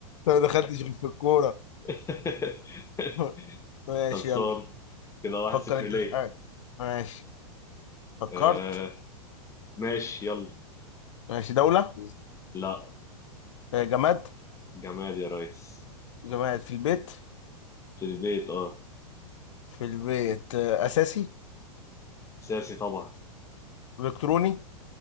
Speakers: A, on the left; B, on the left.
A: أنا ما دخلتش غير في الكوره
B: <laughs>
A: <laughs> ماشي
B: خلصان
A: يلا
B: كده واحد
A: فكر
B: صفر
A: انت
B: ليه
A: في حاجه ماشي فكرت
B: آه، ماشي يلا
A: ماشي دوله
B: لا
A: آه، جماد
B: جماد يا ريس
A: جماد في البيت
B: في البيت اه
A: في البيت آه، اساسي
B: سياسي طبعا
A: الكتروني